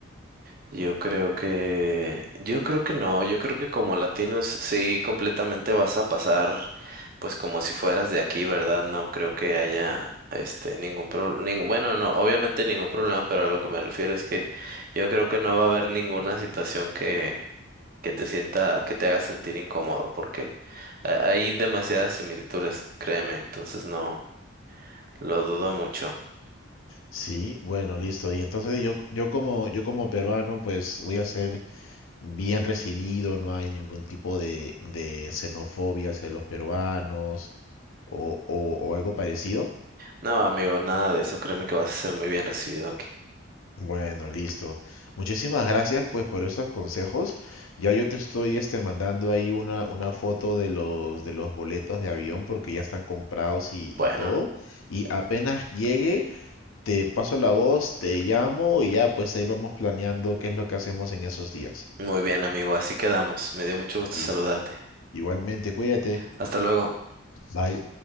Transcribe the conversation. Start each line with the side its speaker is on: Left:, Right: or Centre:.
Right: yo creo que, yo creo que no, yo creo que como latinos sí completamente vas a pasar, pues como si fueras de aquí, ¿verdad? No creo que haya, este, ningún problema, ningún, bueno, no, obviamente ningún problema, pero a lo que me refiero es que yo creo que no va a haber ninguna situación que, que te sienta, que te haga sentir incómodo, porque ha- hay demasiadas similitudes, créeme, entonces no. Lo dudo mucho.
Left: Sí, bueno, listo. Y entonces yo, yo como, yo como peruano, pues voy a hacer bien recibido, no hay ningún tipo de, de xenofobia hacia los peruanos o, o- o algo parecido.
Right: No, amigo, nada de eso. Créeme que vas a ser muy bien recibido aquí.
Left: Bueno, listo. Muchísimas gracias pues por esos consejos. Ya yo te estoy este mandando ahí una, una foto de los de los boletos de avión porque ya están comprados y,
Right: Bueno,
Left: y todo. Y apenas llegue, te paso la voz, te llamo y ya pues ahí vamos planeando qué es lo que hacemos en esos días.
Right: muy bien, amigo. Así quedamos. Me dio mucho gusto
Left: Listo.
Right: saludarte.
Left: Igualmente, cuídate.
Right: Hasta luego.
Left: Bye.